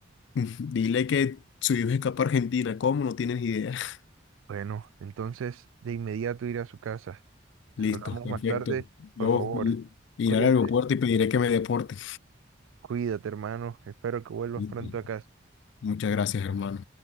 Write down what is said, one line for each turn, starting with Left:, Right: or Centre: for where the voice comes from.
Left: <laughs> Dile que su hijo escapa a Argentina. ¿Cómo? No tienes idea. <laughs>
Right: Bueno, entonces de inmediato ir a su casa. Hablamos
Left: Listo, perfecto.
Right: más tarde,
Left: Yo
Right: por favor.
Left: mm, iré
Right: Cuídate,
Left: al aeropuerto y pediré que me deporten.
Right: cuídate, hermano. Espero que vuelvas
Left: Listo.
Right: pronto a casa.
Left: Muchas gracias, hermano.